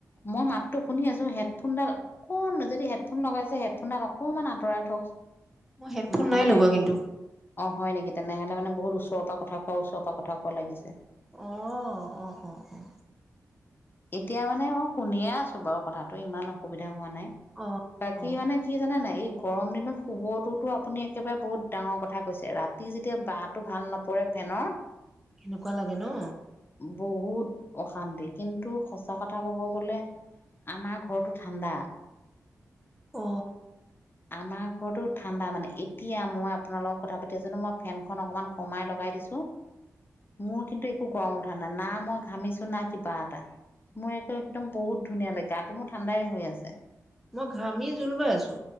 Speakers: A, on the left; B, in the centre.
A: মই মাততো শুনি আছো হেডফোনডাল অকমান যদি হেডফোন লগাইছে হেডফোনডাল অকন আঁতৰাই থ
B: মই হেডফোন
A: মানে
B: নাই লগোৱা
A: একম
B: কিন্তু
A: অ হয় নেকি তেনেহলে মানে বহুত উছ ওচৰ পৰা কোৱা ওচৰৰ পৰা কথা কোৱা লাগিছে।
B: আহ অ অ অ
A: এতিয়া মানে মই শুনিয়ে আছো বাৰু কথাটো ইমান অসুবিধা হোৱা নাই
B: অ
A: বাকী
B: অ',
A: মানে কি জানা নাই এই গৰম দিনত শুবটোোতো আপুনি একেবাৰে বহুত ডাঙৰ কথা কৈছে ৰাতি যেতিয়া বাঁহটো ভাল নপৰে, ফেনৰ।
B: কেনেকুৱা লাগে ন।
A: বহুত অশান্তি কিন্তু সঁচা কথা ক'ব গলে। আমাৰ ঘৰটো ঠাণ্ডা।
B: অ
A: আমাৰ ঘৰতটো ঠাণ্ডা মানে এতিয়া মই আপোনাল লগক কথা পাতি আছানো মই ফেনখন অকমান কমাই লগাই দিছো। মোৰ কিন্তু একো গৰম উঠা নাই না মই ঘামিছো না কিবা এটা মোৰ একো একদম বহুত ধুনীয়া লাগে। গাটো মোৰ ঠাণ্ডাই হৈ আছে।
B: মই ঘামি জোল বাই আছো